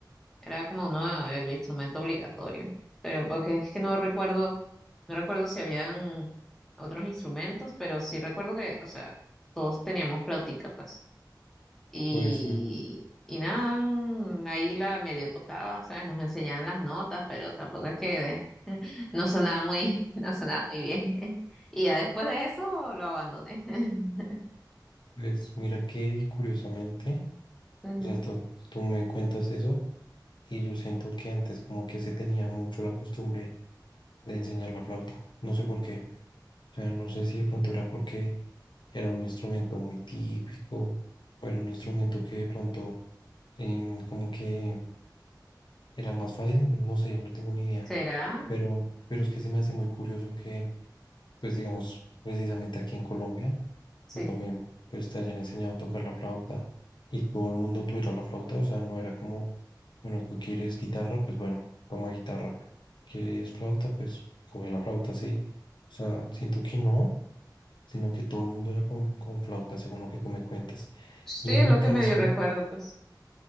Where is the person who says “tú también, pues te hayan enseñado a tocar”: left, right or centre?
Left